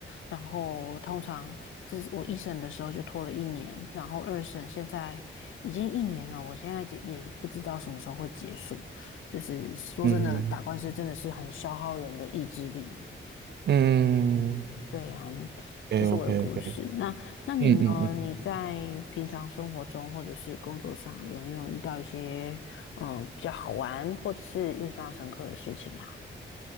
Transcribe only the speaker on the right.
嗯嗯
嗯
k
OK OK，
嗯嗯嗯